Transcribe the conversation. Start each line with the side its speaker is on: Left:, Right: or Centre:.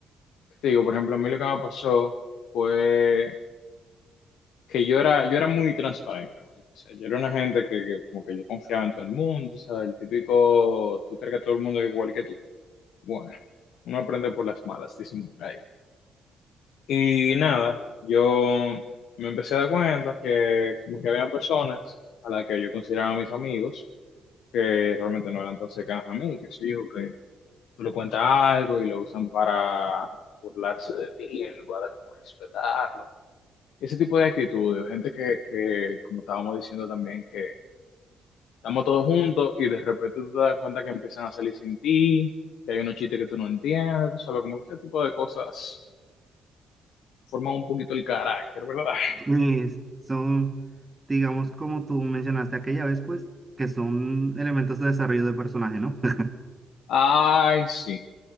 Left: ¿qué te digo? Por ejemplo, a mí lo que me pasó fue que yo era, yo era muy transparente, ¿vale? O sea, yo era una gente que, que como que yo confiaba en todo el mundo, ¿sabes? El típico, tú crees que todo el mundo es igual que tú. Bueno, uno aprende por las malas, <laughs> dicen por ahí. Y nada, yo me empecé a dar cuenta que como que había personas a las que yo consideraba mis amigos, que realmente no eran tan cercanas a mí, que sé yo, que tú le cuentas algo y lo usan para burlarse de ti, en lugar de como respetarlo. Ese tipo de actitudes, o gente que, que, como estábamos diciendo también, que estamos todos juntos y de repente tú te das cuenta que empiezan a salir sin ti, que hay unos chistes que tú no entiendes, tú sabes, como que ese tipo de cosas forman un poquito el carácter, ¿verdad? <laughs>
Right: Sí, son, digamos, como tú mencionaste aquella vez, pues que son elementos de desarrollo de personaje, ¿no? <laughs>
Left: Ay, sí,